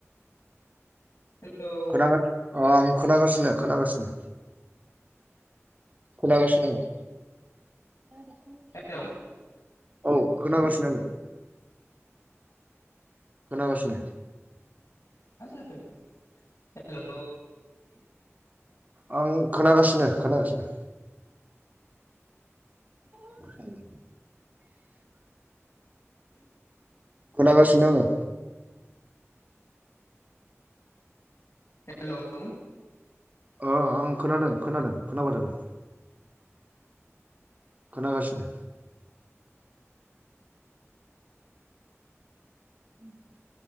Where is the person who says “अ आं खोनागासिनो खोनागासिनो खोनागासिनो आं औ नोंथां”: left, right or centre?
Right